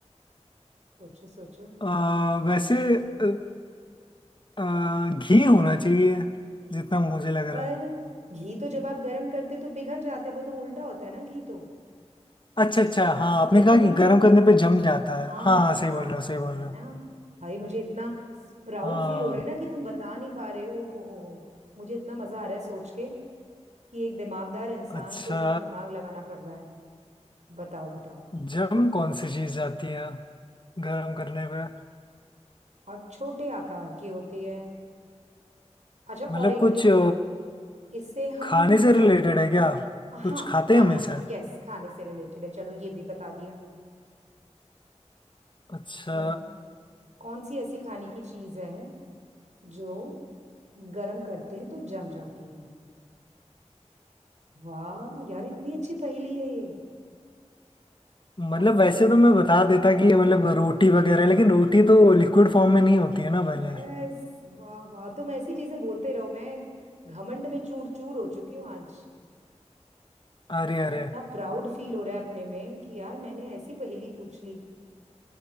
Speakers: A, on the right; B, on the left.
A: सोचो सोचो
B: अ, वैसे अ, अ, घी होना चाहिए जितना मुझे लग रहा
A: पर
B: है
A: घी तो जब आप गरम करते तो पिघल जाता है वो तो उल्टा होता है ना घी तो
B: अच्छा अच्छा हाँ आपने
A: ये
B: कहा
A: तो बिल्कुल
B: कि गर्म
A: नो-
B: करने पे जम जाता
A: हाँ
B: है हाँ हाँ सही बोल रहे हो सही बोल
A: है
B: रहे
A: ना
B: हो
A: भाई मुझे इतना प्राउड
B: हाँ
A: फील हो रहा है ना कि तुम बता नहीं पा रहे ओ हो हो हो मुझे इतना मजा आ रहा है सोच के कि एक दिमागदार इंसान
B: अच्छा
A: को इतना दिमाग लगाना पड़ रहा है बताओ बताओ
B: जम कौन सी चीज जाती है गर्म करने पे
A: और छोटे आकार की होती है अच्छा और
B: मतलब
A: एक
B: कुछ
A: क्लू
B: अ,
A: देती हूँ। इससे हम
B: खाने से रिलेटेड है क्या
A: हाँ
B: कुछ खाते
A: खाने
B: हैं हमेशा
A: से यस खाने से रिलेटेड है चलो ये भी बता दिया
B: अच्छा
A: हम्म कौन सी ऐसी खाने की चीज है जो गर्म करते हैं तो जम जाती है वाह यार इतनी अच्छी पहेली है ये
B: मतलब
A: वाह
B: वैसे तो मैं बता देता कि ये मतलब रोटी वगैरह लेकिन रोटी तो लिक्विड फॉर्म में नहीं होती है ना
A: यस
B: पहले
A: वाह वाह तुम ऐसी चीजें बोलते रहो मैं घमंड में चूर चूर हो चुकी हूँ आज
B: अरे
A: मुझे
B: अरे
A: इतना प्राउड फील हो रहा है अपने में कि यार मैंने ऐसी पहेली पूछ ली